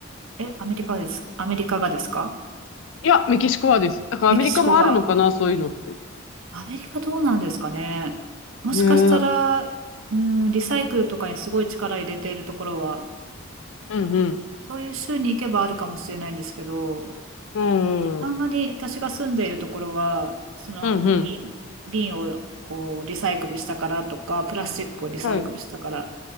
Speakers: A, on the right; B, on the left.
A: ー、え、アメリカです。アメリカがですか
B: いや、メキシコはです。だからアメリカもあるのかな、
A: メキシコが。
B: そういうのって。
A: アメリカどうなんですかね。もしかしたら、
B: ねえ。うん
A: うん、リサイクルとかにすごい力入れているところは
B: うん。
A: そういう州に行けばあるかもしれないんですけど、
B: うん。
A: あんまり私が住んでいるところは、
B: うん
A: その瓶、
B: うん。
A: 瓶をこうリサイクルしたからとか、プラスチックをリサイクルしたから、
B: はい。